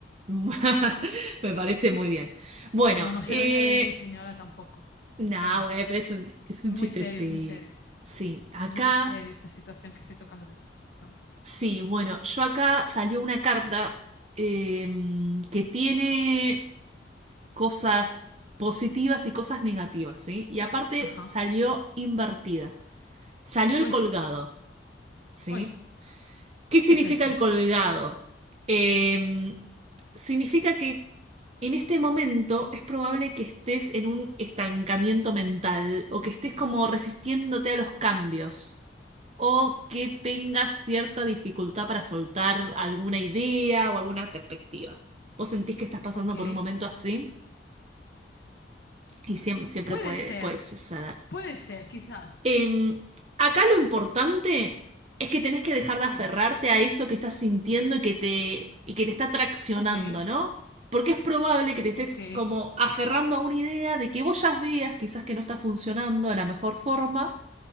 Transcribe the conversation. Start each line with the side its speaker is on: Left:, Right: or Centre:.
Right: <laughs> Me parece muy bien. Bueno,
Left: Bueno, no se
Right: eh,
Left: ría de mí, señora, tampoco.
Right: nada,
Left: Muchas gracias.
Right: güey, pero es un,
Left: Que
Right: es
Left: Esto
Right: un
Left: es
Right: chiste,
Left: muy serio,
Right: sí.
Left: es muy serio.
Right: Sí, acá,
Left: Es muy serio esta situación que estoy tocando vivir, dígame.
Right: sí, bueno, yo acá salió una carta eh, que tiene cosas positivas y cosas negativas, ¿sí? Y aparte
Left: Ajá.
Right: salió invertida. Salió
Left: Uy,
Right: el colgado, ¿sí?
Left: uy,
Right: ¿Qué significa
Left: ¿qué es eso?
Right: el colgado? Eh, significa que en este momento es probable que estés en un estancamiento mental o que estés como resistiéndote a los cambios o que tengas cierta dificultad para soltar alguna idea o alguna perspectiva. ¿Vos sentís que estás pasando
Left: Ok.
Right: por un momento así? Y siem- siempre,
Left: Puede
Right: puede,
Left: ser,
Right: puede suceder.
Left: puede ser, quizás.
Right: Em, acá lo importante es que tenés que dejar de aferrarte
Left: Mm.
Right: a eso que estás sintiendo y que te, y que te está traccionando,
Left: Ok,
Right: ¿no? Porque es probable que te estés
Left: ok,
Right: como aferrando a una idea de que vos ya veas quizás que no está funcionando de la mejor forma,